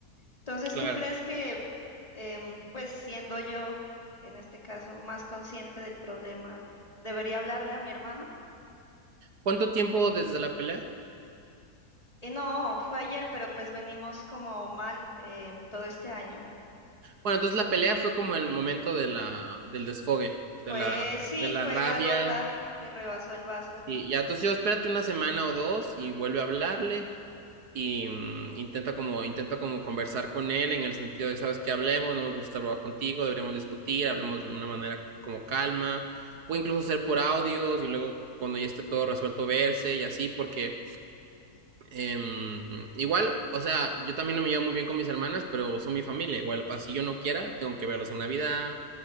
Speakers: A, on the left; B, on the right.
A: Entonces,
B: Claro.
A: ¿tú crees que em, pues siendo yo, en este caso, más consciente del problema, debería hablarle a mi hermano?
B: ¿Cuánto tiempo desde la pelea?
A: Eh, no, fue ayer, pero pues venimos como mal eh, todo este año.
B: Bueno, entonces la pelea fue como el momento de la, del desfogue,
A: Fue,
B: de la,
A: sí,
B: de la
A: fue
B: rabia.
A: la gota que rebasó el vaso,
B: Y ya, entonces yo espérate una semana o dos y vuelve a hablarle. y mm, intenta como, intenta como conversar con él en el sentido de, sabes que hablemos, no me gusta hablar contigo, deberíamos discutir, hablemos de una manera como calma, puede incluso ser por audios y luego cuando ya esté todo resuelto verse y así, porque em, igual, o sea, yo también no me llevo muy bien con mis hermanas, pero son mi familia, igual, así yo no quiera, tengo que verlos en Navidad.